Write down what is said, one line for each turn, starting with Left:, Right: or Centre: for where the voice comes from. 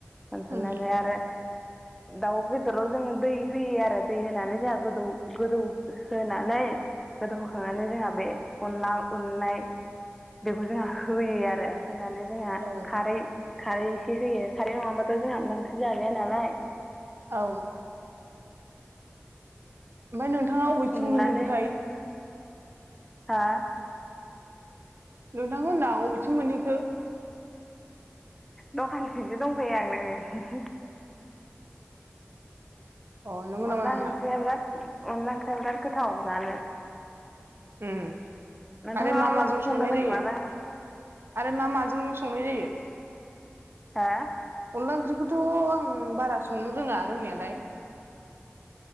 Centre: दोनथनानै
Right: उम
Centre: आरो दाउ बेदराव जोङो दै होयो आरो दै होनानै जोंहा गोदौ गोदौ होनानै गोदौ होखांनानै जोंहा बे अनला उननाय बेखौ जोंहा होयो आरो। होनानै जोंहा
Right: औ
Centre: खारै खारै इसे होयो खारै नङाबाथ' जोंहा अनला ओंख्रि जाजाया नालाय।
Right: औ। ओमफ्राय नोंथाङा अबेथिं
Centre: उननानै
Right: मोनहैखोथाय।
Centre: हा
Right: नोंथांखौ होन्दां अबेथिं मोनहैखो
Centre: दखानथिंसो दंफैयो आं नै
Right: अ नंगौ नामा
Centre: अनला
Right: नोंथां
Centre: ओंख्रिया बिराद अनला ओंख्रिया बिराद गोथाव जानो।
Right: ओम
Centre: नोंथाङा
Right: आरो मा-माजों
Centre: अनला ओंख्रि
Right: संनाय
Centre: संनो रोंगोना
Right: जायो आरो मा माजों संनाय जायो?
Centre: हा?
Right: अनला ओंख्रिखौथ' आं बारा संनो रोङा रोंनायालाय।